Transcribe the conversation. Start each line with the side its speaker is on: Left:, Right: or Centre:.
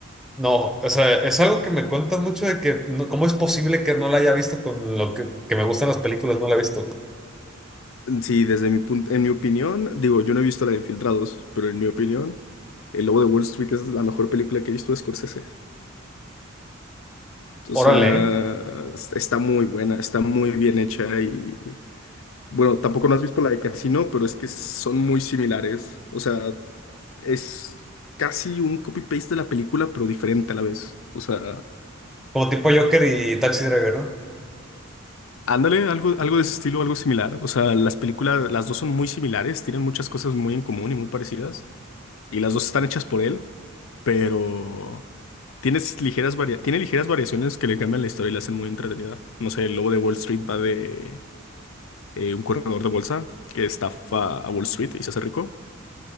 Centre: No, o sea, es algo que me cuentan mucho de que, no- ¿cómo es posible que no la haya visto con lo que, que me gustan las películas? No la he visto.
Left: Sí, desde mi punto, en mi opinión, digo, yo no he visto la de Infiltrados, pero en mi opinión, El Lobo de Wall Street es la mejor película que he visto de Scorsese. O
Centre: Órale,
Left: sea,
Centre: ¿eh?
Left: es- está muy buena, está muy bien hecha y bueno, tampoco no has visto la de Casino, pero es que son muy similares. O sea, es casi un copy-paste de la película, pero diferente a la vez. O sea,
Centre: Como tipo Joker y Taxi Driver, ¿no?
Left: Ándale, algo, algo de ese estilo, algo similar. O sea, las películas, las dos son muy similares, tienen muchas cosas muy en común y muy parecidas. Y las dos están hechas por él, pero tienes ligeras varia- tiene ligeras variaciones que le cambian la historia y la hacen muy entretenida. No sé, el lobo de Wall Street va de eh, un corredor de bolsa que estafa a Wall Street y se hace rico.